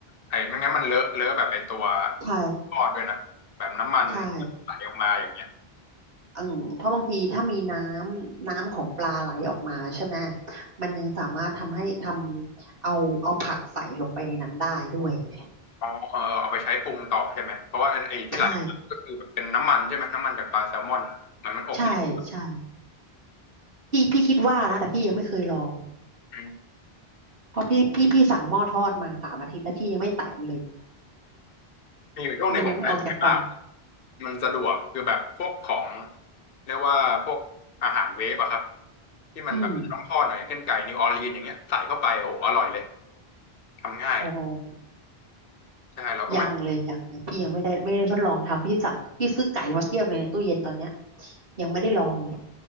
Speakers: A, on the left (about 60°); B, on the right (about 60°).
A: ไอ้ไม่งั้นมันเลอะเลอะแบบไอ้ตัว
B: ใช่
A: ทอดด้วยนะแบบน้ำมัน
B: ใช่
A: ไหลออกมาอย่างเงี้ย
B: อืมเพราะบางทีถ้ามีน้ำน้ำของปลาไหลออกมาใช่ไหมมันยังสามารถทำให้ทำเอาเอาผักใส่ลงไปในนั้นได้ด้วยไง
A: อ๋อเออเอาไปใช้ปรุงต่อใช่ไหมเพราะว่าไอ้ที่ไหลออกมาก็คือแบบเป็นน้ำมันใช่ไหมน้ำมันจากปลาแซลมอนเหมือนมันอบรีด
B: ใช่ใช่ ใช่ พี่พี่คิดว่านะแต่พี่ยังไม่เคยลอง
A: อืม
B: เพราะพี่พี่พี่สั่งหม้อทอดมาสามอาทิตย์แล้วพี่ยังไม่แตะมันเลย
A: มีอยู่ช่วงหนึ่งผมใช้ไปมาก
B: มันยังไม่ออกจากกล่อง
A: มันสะดวกคือแบบพวกของเรียกว่าพวกอาหารเวฟอะครับที่มันแบบอาจจะต้องทอดหน่อยอย่างเช่นไก่นิวออร์ลีนอย่างเงี้ยใส่เข้าไปโอ้โหอร่อยเลย
B: อืม
A: ทำง่าย
B: อ๋อ
A: ใช่เราก็
B: ยังเลยยังยังพี่ยังไม่ได้ไม่ได้ทดลองทำพี่สั่งพี่ซื้อไก่มาเทียบเลยในตู้เย็นตอนเนี้ยยังไม่ได้ลองเลย